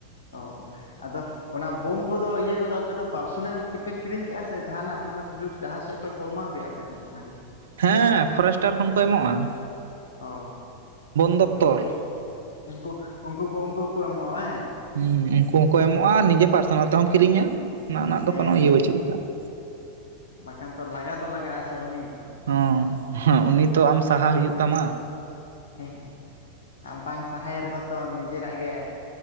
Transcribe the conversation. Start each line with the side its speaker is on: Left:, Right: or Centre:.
Left: ᱚ ᱟᱫᱚ ᱚᱱᱟ ᱵᱳᱢ ᱠᱚᱫᱚ ᱤᱭᱟᱹ ᱠᱚᱫᱚ ᱟᱯᱮ ᱫᱚ ᱯᱟᱨᱥᱳᱱᱟᱞ ᱛᱮᱯᱮ ᱠᱤᱨᱤᱧ ᱠᱟᱜᱼᱟ, ᱥᱮ ᱡᱟᱸᱦᱟᱱᱟᱜ ᱢᱟᱱᱮ ᱥᱩᱡᱳᱜᱽ ᱡᱟᱦᱟᱸ ᱥᱮᱡ ᱠᱷᱚᱱᱟᱜ ᱠᱚ ᱮᱢᱟ ᱯᱮᱭᱟ ᱟᱯᱮ? ᱚᱱᱟ <inaudible>
Right: ᱦᱮᱸ ᱯᱷᱚᱨᱮᱥᱴᱟᱨ ᱠᱷᱚᱱ ᱠᱚ ᱮᱢᱚᱜᱼᱟ ᱾
Left: ᱚ
Right: ᱫᱚᱯᱛᱚᱨ
Left: ᱩᱱᱠᱩ ᱠᱚ, ᱩᱱᱠᱩ ᱩᱱᱠᱩ ᱠᱚ ᱩᱱᱠᱩ ᱠᱚ ᱮᱢᱚᱜᱼᱟ ᱦᱮᱸ ᱾
Right: ᱦᱮᱸ ᱩᱱᱠᱩ ᱦᱚᱸ ᱠᱚ ᱮᱢᱚᱜᱼᱟ, ᱱᱤᱡᱮ ᱯᱟᱨᱥᱚᱱᱟᱞ ᱛᱮᱸᱦᱚᱢ ᱠᱤᱨᱤᱧᱟ, ᱚᱱᱟ ᱨᱮᱱᱟᱜ
Left: ᱦᱮᱸ
Right: ᱫᱚ ᱠᱚᱱᱚ ᱤᱭᱟᱹ ᱵᱟᱹᱪᱩᱜ ᱠᱟᱜᱼᱟ ᱾
Left: ᱵᱟᱠᱷᱟᱱ ᱛᱚ ᱞᱟᱜᱟ ᱫᱚ ᱞᱟᱜᱟᱜᱼᱟ ᱥᱮ ᱩᱱᱤ ᱾
Right: ᱦᱚᱸ, ᱦᱚᱸᱜ ᱩᱱᱤ ᱛᱚ ᱟᱢ ᱥᱟᱦᱟ ᱦᱩᱭᱩᱜ ᱛᱟᱢᱟ ᱾
Left: ᱦᱮᱸ, ᱟᱨ ᱵᱟᱝ ᱥᱟᱦᱟᱭ ᱨᱮᱦᱚᱸ ᱛᱚ ᱱᱤᱡᱮᱨᱟᱜ ᱜᱮᱼᱼ